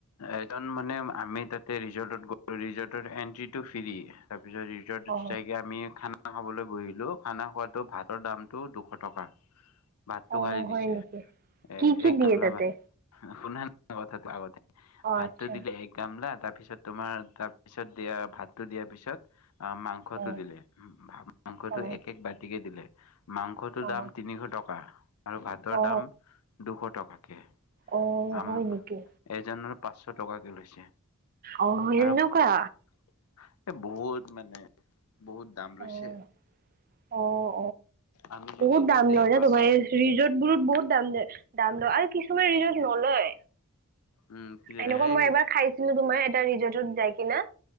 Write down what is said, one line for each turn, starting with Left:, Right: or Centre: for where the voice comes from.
Left: এজন মানে আমি তাতে ৰিজৰ্টত গ ৰিজৰ্টত এন্ট্ৰিটো ফ্ৰি তাত তাৰপিছত ৰিজৰ্টত
Right: অ
Left: চাইকৈ আমি খানা খাবলৈ বহিলোঁ খানা খোৱাটো ভাতৰ দাম টো দুশ টকা। ভাতটো
Right: অ
Left: খালি
Right: হয়
Left: দিছে
Right: নেকি
Left: এ
Right: কি কি
Left: এক
Right: দিয়ে
Left: গমলা
Right: তাতে
Left: ভাত শুনা কথাটো আগতে
Right: অ
Left: ভাতো
Right: আচ্ছা
Left: দিলে এক গামলা তাৰপিছত তোমাৰ তাৰপিছত দিয়া ভাত টো দিয়াৰ পিছত অ' মাংসটো
Right: অ
Left: দিলে মাংসটো
Right: অ
Left: এক এক বাতিকে দিলে মাংসটোৰ
Right: অ
Left: দাম তিনিশ ট টকা আৰু ভাতৰ
Right: অ
Left: দাম দুশ টকাকে।
Right: অ',
Left: আম
Right: হয় নেকি?
Left: এজনৰ পাঁচশ টকাকে লৈছে।
Right: অ সেনেকুৱা
Left: আৰু এ বহুত মানে বহুত দাম লৈছে।
Right: অ অ',
Left: আমি
Right: বহুত
Left: যদি তাতে
Right: দাম লয় ন
Left: পাঁচ
Right: তোমাৰ এই ৰিজৰ্ট বোৰত বহুত দাম লয়। দাম লয়। আৰু কিছুমান ৰিজৰ্ট নলয়
Left: উম সেই
Right: এনেকুৱা মই এবাৰ খাইছিলো তোমাৰ ৰিজৰ্টত যাই কিনা